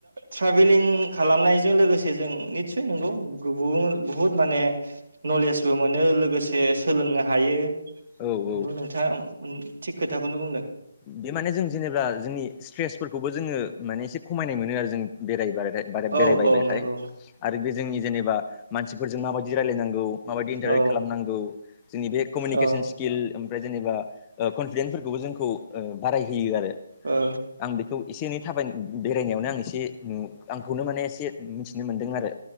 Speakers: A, on the right; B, on the left.
A: ट्रेभेलिं खालामनायजों लोगोसे जों निसय नंगौ बुहुद माने नलेजबो मोनो लोगोसे सोलोंनो हायो।
B: औ-औ
A: नंगौ नोंथाङा थिग खोथाखौनो बुंदों
B: बे माने जों जेनेबा जोंनि स्ट्रेस फोरखौबो जोङो माने एसे खमायनाय मोनो आरो जों बेराय बार
A: औ
B: बेरायबायबाथाय
A: औ नंगौ
B: आरो बे जोंनि जेनेबा मानसिफोरजों माबायदि रायलायनांगौ माबायदि इन्टारेक्ट
A: औ
B: खालामनांगौ जोंनि बे कमिउनिकेसन
A: औ
B: स्किल ओमफ्राय जेनेबा कनफिडेन्सफोरखौबो जोंखौ ओ बारायहोयो आरो
A: ओ।
B: आं बेखौ एसे एनै थाबाय बेरायनायावनो आं एसे नु आंखौनो माने एसे मिथिनो मोन्दों आरो